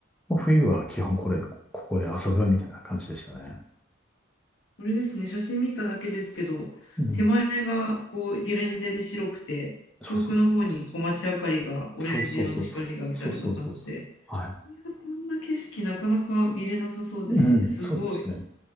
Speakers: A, in the centre; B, on the left (about 65°).
A: まあ、冬は基本これ、ここで遊ぶみたいな感じでしたね。
B: これですね、写真見ただけですけど、
A: うん。
B: 手前がこうゲレンデで白くて、
A: そうそうそう。
B: 遠くの方にこう街明かりが、オレンジ色の光がみたいな感じで、
A: そうそうそうそう。そうそうそうそう。はい。
B: いや、こんな景色なかなか見れなさそうですね。
A: うん、
B: すごい。
A: そうですね。